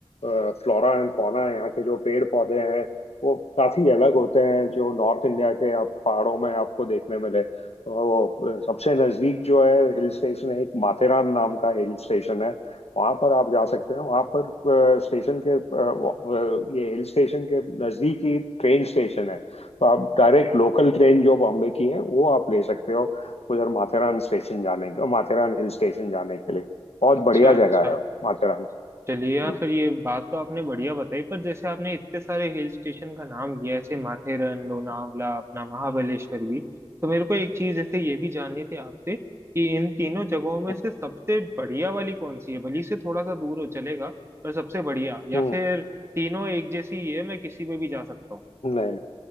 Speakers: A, on the left; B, on the right.
A: फ्लोरा एंड फौना है यहाँ के जो पेड़ पौधे हैं वो काफी अलग होते हैं जो नॉर्थ इंडिया के आप पहाड़ों में आपको देखने मिले तो वो सबसे नजदीक जो है हिल स्टेशन है एक माथेरान नाम का हिल स्टेशन है वहां पर आप जा सकते हैं वहां पर स्टेशन के अ, व- अ, ये हिल स्टेशन के नजदीक ही ट्रेन स्टेशन है तो आप डायरेक्ट लोकल ट्रेन जो बॉम्बे की है वो आप ले सकते हो उधर माथेरान स्टेशन जाने के माथेरान हिल स्टेशन जाने के लिए बहुत
B: अच्छा
A: बढ़िया जगह
B: अच्छा
A: है माथेरान
B: चलिए यार
A: हम्म
B: फिर ये बात तो आपने बढ़िया बताई पर जैसे आपने इतने सारे हिल स्टेशन का नाम लिया ऐसे माथेरन लोनावला अपना महाबलेश्वर भी तो मेरे को एक चीज जैसे ये भी जाननी थी आपसे कि इन तीनों जगहों में
A: हम्म
B: से सबसे बढ़िया वाली कौन सी है भली से थोड़ा सा दूर हो चलेगा पर सबसे बढ़िया या
A: हम्म
B: फिर तीनों एक जैसी ही है मैं किसी पे भी जा सकता हूँ
A: नहीं नहीं